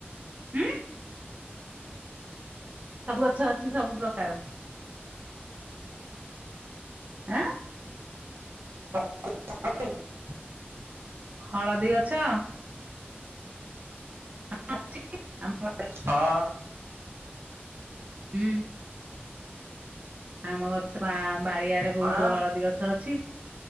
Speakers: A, on the right (about 35°); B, on the right (about 70°).
A: ଉଁ ସବୁ ଗଛ ଅଛି ସବୁ ପ୍ରକାର। ଆଁ!
B: <unintelligible>
A: ହଳଦୀ ଗଛ? <unintelligible>
B: ହଁ।
A: ହୁଁ। ଆମ ଗଛ ବାଡି଼ଆଡ଼େ
B: କଣ
A: ବହୁତ ହଳଦୀ ଗଛ ଅଛି।